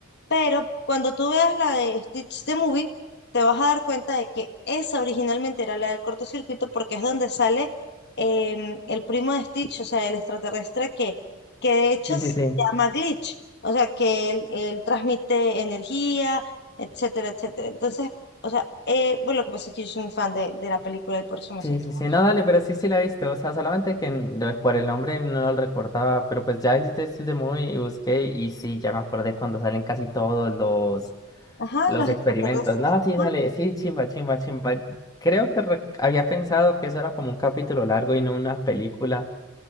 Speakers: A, on the left; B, on the left.
A: pero cuando tú veas la de Stitch the Movie, te vas a dar cuenta de que esa originalmente era la del cortocircuito porque es donde sale em, el primo de Stitch, o sea, el extraterrestre que, que de hecho
B: Sí,
A: se
B: sí, sí.
A: llama Glitch, o sea, que él, él transmite energía, etcétera, etcétera. Entonces, o sea, eh, bueno, lo que pasa es que yo soy muy fan de, de la película y por eso me
B: Sí,
A: sé todo
B: sí, sí,
A: eso.
B: no, dale, pero sí, sí la he visto, o sea, solamente que en- lo- por el nombre no lo recordaba, pero pues ya hiciste de Movie y busqué y sí, ya me acordé cuando salen casi todos los,
A: Ajá,
B: los
A: los
B: experimentos.
A: extraterrestres.
B: No,
A: Ajá.
B: sí, dale, sí, chimba, chimba, chimba. Creo que re- había pensado que eso era como un capítulo largo y no una película,